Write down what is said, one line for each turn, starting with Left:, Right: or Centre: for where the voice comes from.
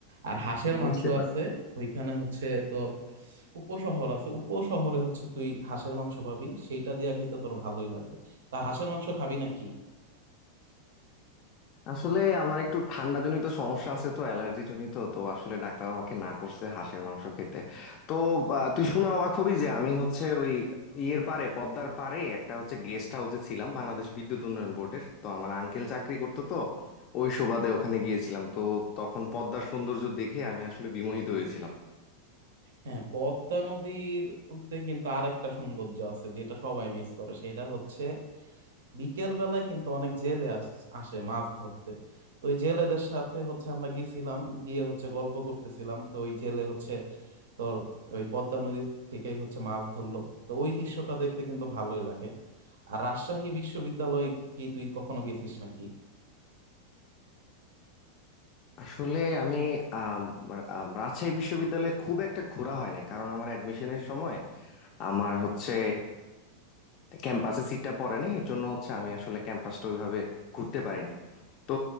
Right: আর হাঁসের
Left: বুঝতে
Right: মাংস
Left: পারছি
Right: আছে ওইখানে হচ্ছে তোর উপশহর আছে উপশহরে হচ্ছে তুই হাঁসের মাংস পাবি সেইটা দিয়ে খাইতে তোর ভালোই লাগবে তা হাঁসের মাংস খাবি নাকি
Left: আসলে আমার একটু ঠান্ডা জনিত সমস্যা আছে তো অ্যালার্জি জনিত তো আসলে ডাক্তার আমাকে না করছে হাঁসের মাংস খেতে তো আহ, তুই শুনে অবাক হবি যে আমি হচ্ছে ওই ইয়ের পারে পদ্মার পারে একটা হচ্ছে গেস্ট হাউসে ছিলাম বাংলাদেশ বিদ্যুৎ উন্নয়ন বোর্ডের তো আমার আঙ্কেল চাকরি করতো তো ওই সুবাদে ওখানে গিয়েছিলাম তো তখন পদ্মার সৌন্দর্য দেখে আমি আসলে বিমোহিত হয়েছিলাম
Right: হ্যাঁ পদ্মা নদীর তে কিন্তু আরেকটা সৌন্দর্য আছে যেটা সবাই মিস করে সেটা হচ্ছে বিকেল বেলায় কিন্তু অনেক জেলে আস- আসে মাছ ধরতে তো ওই জেলেদের সাথে হচ্ছে আমরা গেছিলাম গিয়ে হচ্ছে গল্প করতেছিলাম তো ওই জেলে হচ্ছে তোর ওই পদ্মা নদী থেকেই হচ্ছে মাছ ধরলো তো ওই দৃশ্যটা দেখতে কিন্তু ভালোই লাগে আর রাজশাহী বিশ্ববিদ্যালয় কি তুই কখনো গেছিস নাকি
Left: আসলে আমি আম, আম, রাজশাহী বিশ্ববিদ্যালয়ে খুব একটা ঘোরা হয় না কারণ আমার অ্যাডমিশনের সময় আমার হচ্ছে ক্যাম্পাসে সিটটা পড়ে নাই এর জন্য হচ্ছে আমি আসলে ক্যাম্পাসটা ওইভাবে ঘুরতে পারিনি তো